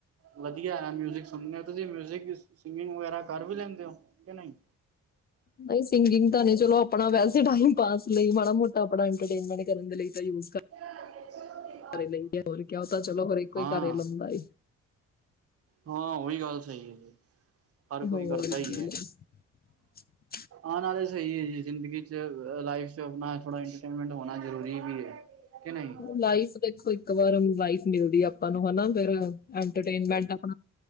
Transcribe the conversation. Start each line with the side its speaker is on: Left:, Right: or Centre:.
Right: ਵਧੀਆ ਹੈ ਮਿਊਜਿਕ ਸੁਣਦੇ ਤਾਂ ਜੇ ਮਿਊਜਿਕ ਸਿੰਗਿੰਗ ਵਗੈਰਾ ਕਰ ਵੀ ਲੈਂਦੇ ਹੋ ਕਿ ਨਹੀਂ
Left: ਨਹੀਂ ਸਿੰਗਿੰਗ ਤਾਂ ਨ ਚਲੋ ਆਪਣਾ ਵੈਸੇ ਟਾਈਮ ਪਾਸ ਲਈ ਮਾੜਾ ਮੋਟਾ ਆਪਣਾ ਐਂਟਰਟੇਨਮੈਂਟ ਕਰਨ ਦੇ ਲਈ ਯੂ
Right: <unintelligible>
Left: ਘਰੇ ਲਈਏ ਹੋਰ ਕਿਆ ਤਾਂ ਚਲੋ ਹਰ ਇੱਕੋ
Right: ਹਾਂ
Left: ਹੀ ਘਰੇ ਲਾਂਦਾ ਏ
Right: ਹਾਂ ਉਹੀ ਗੱਲ ਸਹੀ ਹੈ ਹਰ ਕੋਈ
Left: ਹੋਰ
Right: ਕਰਦਾ ਹੀ
Left: ਕੀ।
Right: ਹੈ।
Left: <inaudible>
Right: ਆਉਣ ਵਾਲੇ ਸਹੀ ਹੈ ਜੀ ਜ਼ਿੰਦਗੀ ਚ ਲਾਈਫ ਚ ਆਪਣਾ ਥੋੜਾ ਐਂਟਰਟੇਨਮੈਂਟ ਹੋਣਾ ਜ਼ਰੂਰੀ ਵੀ ਹੈ। ਕਿ ਨਹੀਂ
Left: ਲਾਈਫ ਦੇਖੋ ਇੱਕ ਵਾਰ ਲਾਈਫ ਮਿਲਦੀ ਆਪਾਂ ਨੂੰ ਹਨਾ ਫਿਰ ਇਟਰਟੇਨਮੈਂਟ ਆਪ